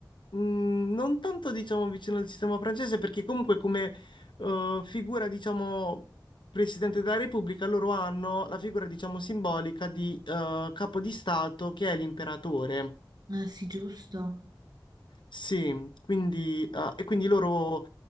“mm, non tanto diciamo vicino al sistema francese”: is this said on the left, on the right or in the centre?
Left